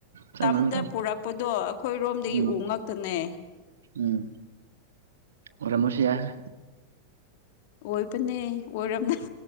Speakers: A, on the right; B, on the left.
A: ꯆꯪꯉꯝꯗ
B: ꯇꯝꯗ ꯄꯨꯔꯛꯄꯗꯣ ꯑꯩꯈꯣꯏꯔꯣꯝꯗꯒꯤ
A: ꯎꯝ
B: ꯎ ꯉꯛꯇꯅꯦ
A: ꯎꯝ ꯑꯣꯔꯃꯣꯁ ꯌꯥꯦ
B: ꯑꯣꯏꯕꯅꯦ ꯑꯣꯏꯔꯕꯔꯕꯅ